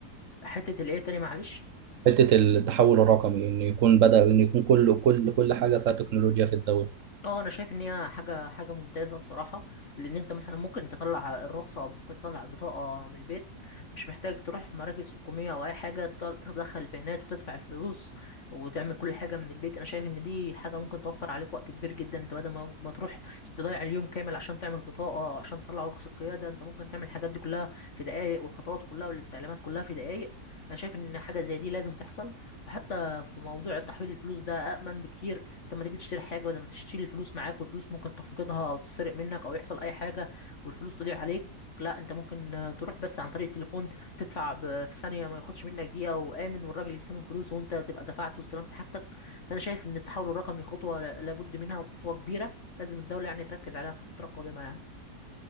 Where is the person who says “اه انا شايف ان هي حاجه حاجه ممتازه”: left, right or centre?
Left